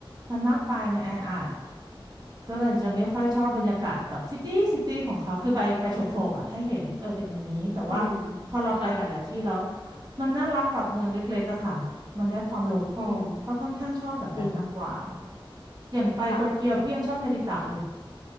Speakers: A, on the right; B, on the left.
A: มันมากไปมันแออัดก็เลยจะไม่ค่อยชอบบรรยากาศแบบซิตี้ซิตี้ของเขาคือไปไปโฉบๆอ่ะให้เห็นเออเป็นอย่างนี้แต่ว่าพอเราไปหลายๆที่แล้ว
B: อืมค่ะ
A: มันน่ารักแบบเมืองเล็กๆอะค่ะ มันได้ความโลคอลก็ค่อนข้างชอบแบบนั้นมากกว่า
B: อืมจริง
A: อย่างไปโตเกียวพี่ยังชอบเนริตะเลย
B: ค่ะ